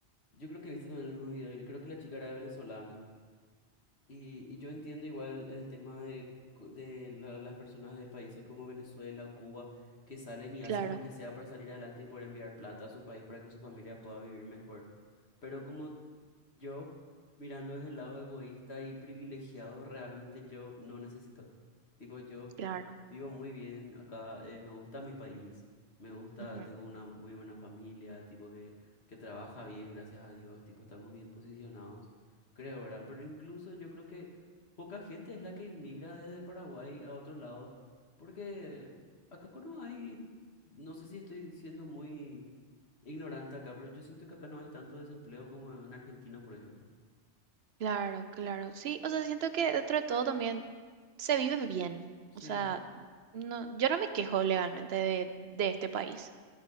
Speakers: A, on the left; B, on the right.
A: Yo creo que viste también el mismo video y le creo que la chica era venezolana. Y, y yo entiendo igual el tema de, cu- de la- las personas de países como Venezuela o Cuba que salen y
B: Claro,
A: hacen lo que sea para salir adelante y poder enviar plata a su país para que su familia pueda vivir mejor. Pero como yo, mirando desde el lado egoísta y privilegiado, realmente yo no necesito. Tipo, yo.
B: claro.
A: Vivo muy bien acá, eh, me gusta mi país, me gusta,
B: Ujú.
A: tengo una muy buena familia, tipo que, que trabaja bien, gracias a Dios, tipo estamos bien posicionados, creo, ¿verdad? Pero incluso yo creo que poca gente es la que inmigra desde Paraguay a otro lado, porque acá co- no hay, no sé si estoy siendo muy ignorante acá, pero yo siento que acá no hay tanto desempleo como en Argentina, por ejemplo.
B: Claro, claro. Sí, o sea, siento que dentro de todo también se vive bien.
A: Sí.
B: O sea, no, yo no me quejo legalmente de, de este país.